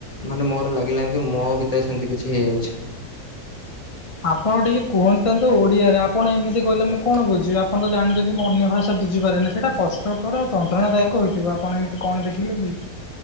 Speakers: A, on the left; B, on the left.
A: ମାନେ ମୋର ଲାଗିଲା ଏମିତି ମୋ ଭିତରେ ସେମିତି କିଛି ହେଇଯାଉଛି।
B: ଆପଣ ଟିକେ କୁହନ୍ତନ୍ତୁ ଓଡିଆରେ ଆପଣ ଏମିତି କହିଲେ ମୁଁ କଣ ବୁଝିବି ଆପଣ ତ ଜାଣିଛନ୍ତି ମୋ ଅନ୍ୟ ଭାଷା ବୁଝିପାରେନି ସେଇଟା କଷ୍ଟକର ଯନ୍ତ୍ରଣାଦାୟକ ହୋଇଥିବ ଆପଣ ଏମିତି କଣ ଦେଖିଲେ କି?